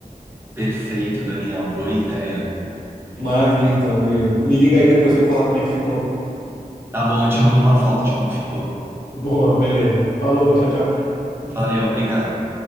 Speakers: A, on the right (about 15°); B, on the left (about 75°).
A: perfeito, Daniel. Boa ideia.
B: Maravilha, então, Murilo. Me liga aí depois pra falar como é que ficou.
A: Tá bom, eu te mando uma foto de como ficou.
B: Boa, beleza. Falou, tchau, tchau.
A: Valeu, obrigado.